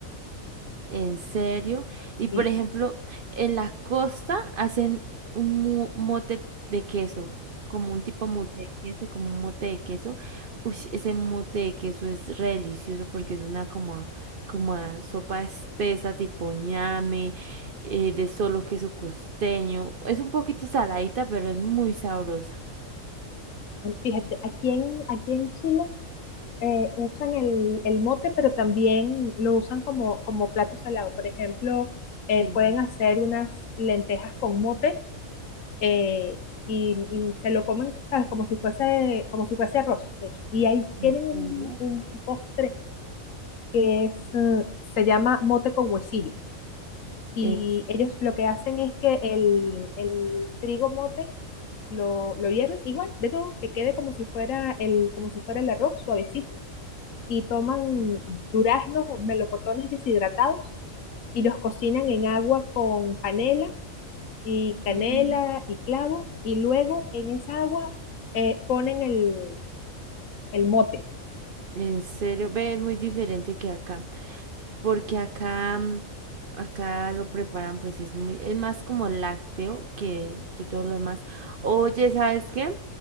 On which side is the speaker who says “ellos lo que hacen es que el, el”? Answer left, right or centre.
Left